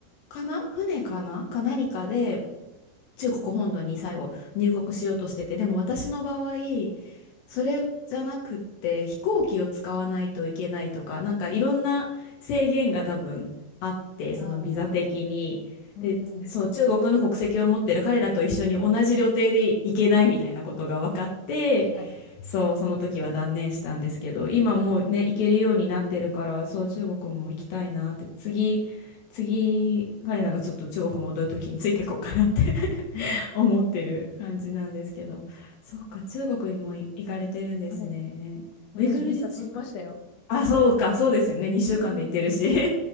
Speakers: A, on the left; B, on the left.
A: かな船かなか何かで中国本土に最後入国しようとしてて、でも私の場合、それじゃなくって飛行機を使わないといけないとか、なんかいろんな制限が多分あって、そのビザ的に。
B: ああ、うんうんうん。
A: で、そう、中国の国籍を持ってる彼らと一緒に同じ旅程で行けないみたいなことが分かって、
B: 確かに。
A: そう、その時は断念したんですけど、今もうね、行けるようになってるから、そう、中国も行きたいなって、次、次、彼らがちょっと中国戻る時についていこうかなって <laughs>
B: うんう
A: 思ってる感じなんですけど、そっか、中国にもい行かれてるんですね。
B: ん。はい。私、
A: ウイグル自治区。
B: ビザ取りましたよ。
A: あ、そうか、そうですよね。2週間で行ってるし。
B: <laughs>
A: <laughs>